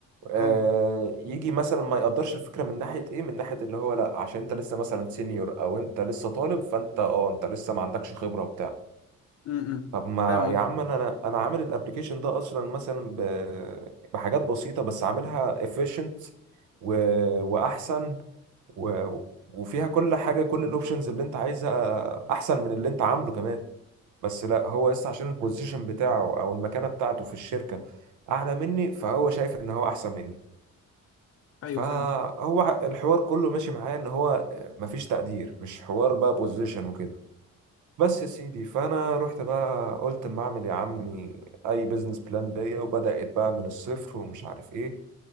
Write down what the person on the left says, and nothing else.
اه
امم امم.
فاهم
قصدك
ايوه
فاهمك